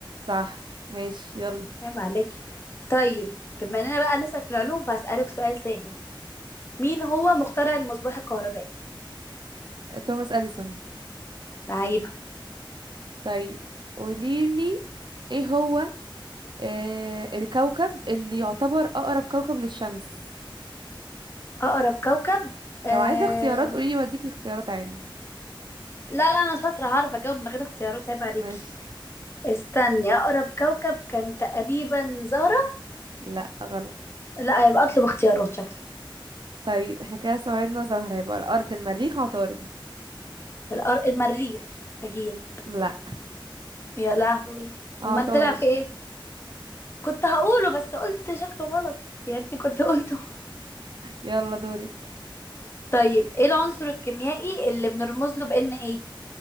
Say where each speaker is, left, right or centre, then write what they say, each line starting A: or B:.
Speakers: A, on the right; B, on the left.
A: صح ماشي يلا
B: عيب عليكي طيب بما اننا بقى نسأل في العلوم فهسألك سؤال سهل مين هو مخترع المصباح الكهربائي
A: توماس أديسون
B: لعيبة
A: طيب قوليلي ايه هو آه الكوكب اللي يعتبر أقرب كوكب للشمس
B: اقرب كوكب آه...
A: لو عايزة اختيارات قوليلي واديكي اختيارات عادي
B: لا لا انا شاطرة هعرف اجاوب من غير اختيارات عيب عليكي
A: ماشي
B: استني اقرب كوكب كان تقريبا زهرة
A: لا غلط
B: لا يبقى اطلب اختيارات شكلي
A: طيب احنا كده استبعدنا زهرة يبقى الأرض المريخ عطارد
B: الأر... المريخ اكيد
A: لا
B: يا لهوي
A: عطارد
B: امال طلع في ايه كنت هقوله بس قلت شكله غلط يا ريتني كنت قلته
A: يلا دورك
B: <laughs> طيب ايه العنصر الكيميائي اللي بنرمز له بان ايه